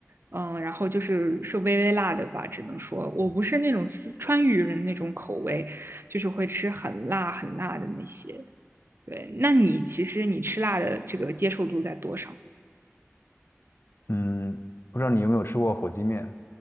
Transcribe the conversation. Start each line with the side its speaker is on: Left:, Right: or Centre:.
Right: 嗯，然后就是是微微辣的吧，只能说我不是那种四川渝人那种口味，就是会吃很辣很辣的那些。对，那你其实你吃辣的这个接受度在多少？
Left: 嗯，不知道你有没有吃过火鸡面？